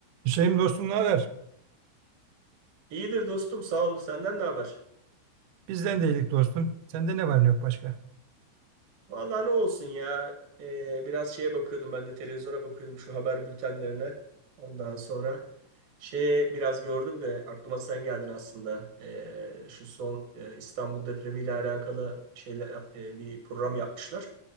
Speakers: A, on the right; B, on the right.
A: Hüseyin dostum ne haber?
B: İyidir dostum sağ ol. Senden ne haber?
A: Bizden de iyilik dostum. Sende ne var ne yok başka?
B: Vallahi ne olsun ya. Ee, biraz şeye bakıyordum ben de televizyona bakıyordum şu haber bültenlerine. Ondan sonra şeye biraz gördüm de aklıma sen geldin aslında. Ee, şu son e, İstanbul depremiyle alakalı şeyle e, bir program yapmışlar.